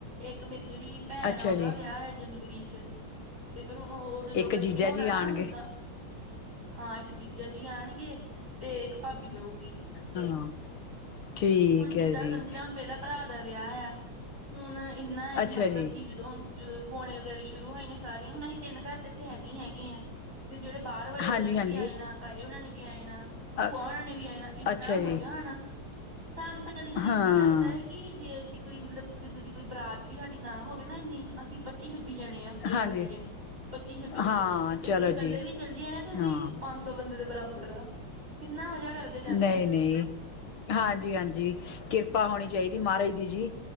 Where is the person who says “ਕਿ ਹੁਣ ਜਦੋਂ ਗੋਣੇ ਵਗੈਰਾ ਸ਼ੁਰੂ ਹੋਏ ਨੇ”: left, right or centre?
Right